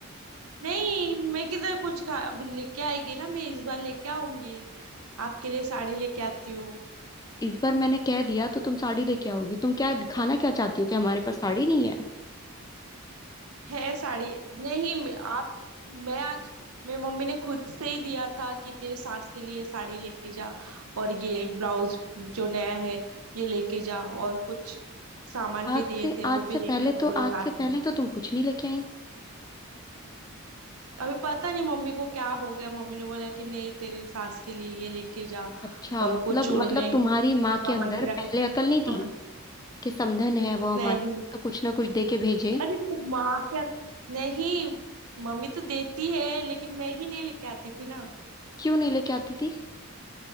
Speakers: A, on the right; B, on the left.
A: नहीं मैं किधर कुछ खा अभी लेके आएगी ना मैं इस बार लेके आऊंगी आपके लिए साड़ी लेके आती हूँ
B: इस बार मैंने कह दिया तो तुम साड़ी लेके आओगी तुम क्या दिखाना क्या चाहती हो कि हमारे पास साड़ी नहीं है
A: है साड़ी नहीं मैं- आप मैं आज मेरी मम्मी ने खुद से ही दिया था कि तेरे सास के लिए साड़ी लेके जा और ये ब्लाउज जो नया है ये लेके जा और कुछ सामान
B: आज
A: भी दिए
B: से
A: थे
B: आज
A: वो भी
B: से
A: लेके
B: पहले
A: जा
B: तो
A: बोले
B: आज
A: राशन
B: से पहले
A: में
B: तो तुम कुछ नहीं लेके आई
A: अभी पता नहीं मम्मी को क्या हो गया मम्मी ने बोला कि नहीं तेरे सास के लिए ये लेके जा
B: अच्छा
A: और
B: मतलब
A: कुछ उन्होंने
B: मतलब तुम्हारी माँ
A: सामान
B: के अंदर
A: भी
B: पहले
A: रखा था
B: अकल नहीं थी
A: हाँ।
B: कि समधन है वो हमारी
A: नहीं
B: तो कुछ ना कुछ दे के भेजे
A: अरे तो माँ क्या नहीं मम्मी तो देती है लेकिन मैं ही नहीं लेके आती थी ना
B: क्यों नहीं लेके आती थी